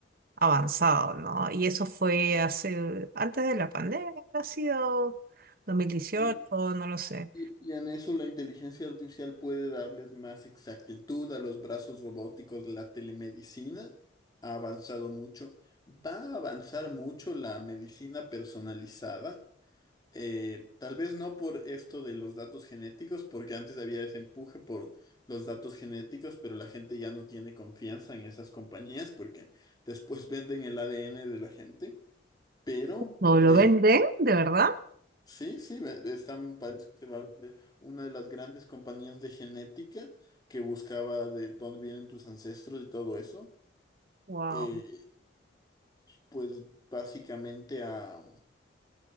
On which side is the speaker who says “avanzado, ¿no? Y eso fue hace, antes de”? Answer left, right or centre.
Right